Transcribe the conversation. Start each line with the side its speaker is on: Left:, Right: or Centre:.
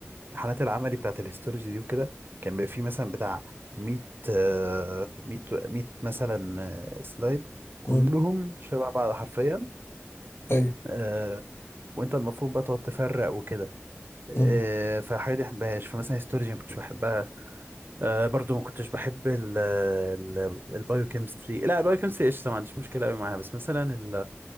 Right: امتحانات العملي بتاعت الهيستولوجي دي وكده كان بيبقى فيه مثلا بتاع 100 آه، 100 100 مثلا آه، سلايد كلهم
Left: امم
Right: شبه بعض حرفيا
Left: ايوه
Right: آه، وانت المفروض بقى تقعد تفرق وكده آه،
Left: امم
Right: فالحاجه دي مبحبهاش فمثلا هيستولوجي ما كنتش بحبها آه، برضو ما كنتش بحب ال ال البايوكيمستري لا البايوكيمستري قشطه ما عنديش مشكله قوي معاها بس مثلا ال